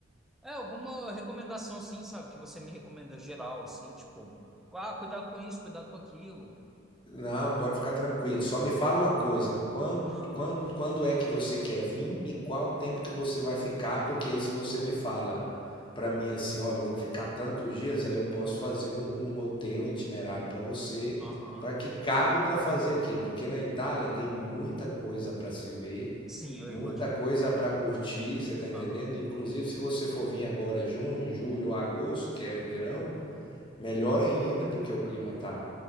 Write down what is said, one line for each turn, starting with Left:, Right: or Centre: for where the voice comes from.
Centre: É, alguma recomendação, assim, sabe? Que você me recomenda geral, assim, tipo, ah, cuidado com isso, cuidado com aquilo.
Left: Não, pode ficar tranquilo. Só me fala uma coisa, quando,
Centre: Aham,
Left: quando, quando é que você quer vir e qual o tempo que você vai ficar? Porque aí se você me fala para mim assim, olha, eu vou ficar tantos dias, aí eu posso fazer um, um roteiro, um itinerário para você,
Centre: aham.
Left: para que cabe para fazer aquilo, porque na Itália tem muita coisa para se ver,
Centre: Sim, eu
Left: muita
Centre: imagino.
Left: coisa para curtir, você tá entendendo?
Centre: Aham,
Left: Inclusive, se você for vir agora junho, julho, agosto, que é verão, melhor ainda, porque o clima tá